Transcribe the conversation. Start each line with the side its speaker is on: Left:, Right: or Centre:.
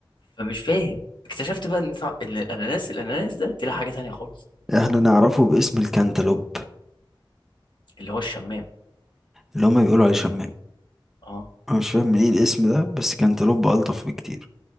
Left: فمش فاهم اكتشفت بقى ان طع- إن الاناناس الاناناس ده طلع حاجه تانية خالص
Centre: احنا نعرفه باسم الكنتالوب
Left: اللي هو الشمام
Centre: اللي هما بيقولوا عليه شمام
Left: اه
Centre: انا مش فاهم من ايه الاسم ده بس كنتالوب الطف بكتير